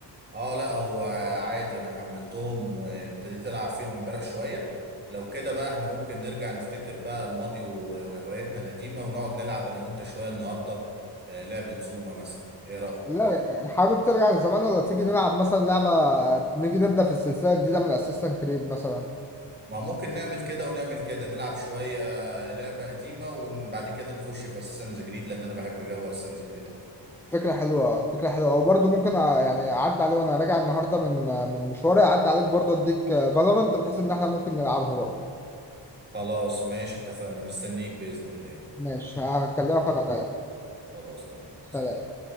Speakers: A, on the right; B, in the centre.
A: اه لا هو عادي انا حملتهم وابتديت العب فيهم امبارح شويه لو كده بقى احنا ممكن نرجع نفتكر بقى الماضي و- وهواياتنا القديمه ونقعد نلعب انا وانت شويه النهارده آه، لعبه زوما مثلا ايه رايك
B: لا حابب ترجع لزمان ولا تيجي نلعب مثلا لعبه نيجي نبدا في السلسله الجديده من اسيستنت كريد مثلا
A: ما ممكن نعمل كده ونعمل كده نلعب شويه لعبه قديمه وبعد كده نخش في اساسنز جريد لان انا بحب جو اساسنز جريد قوي
B: فكره حلوه فكره حلوه وبرضه ممكن ع- يعني اعدي عليه وانا راجع النهارده من من مشواري اعدي عليك برضه اديك فالورانت بحيث ان احنا ممكن نلعبها برضه
A: خلاص ماشي اتفقنا مستنيك باذن الله
B: ماشي هكلمك وانا جاي
A: خلاص تمام سلام
B: سلام